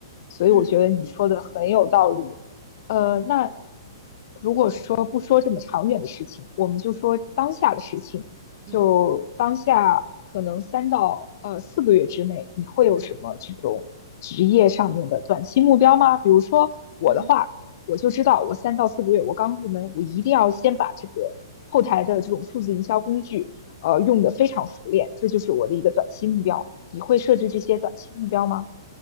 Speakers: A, on the left; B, on the right.
A: 所以我觉得你说的很有道理。
B: 嗯
A: 呃，那如果说不说这么长远的事情，我们就说当下的事情。
B: 嗯
A: 就当下可能三到呃四个月之内，你会有什么这种职业上面的短期目标吗？
B: 嗯
A: 比如说我的话，
B: 嗯。
A: 我就知道我三到四个月，我刚入门，我一定要先把这个后台的这种数字营销工具，呃，用得非常熟练，这就是我的一个短期目标。你会设置这些短期目标吗？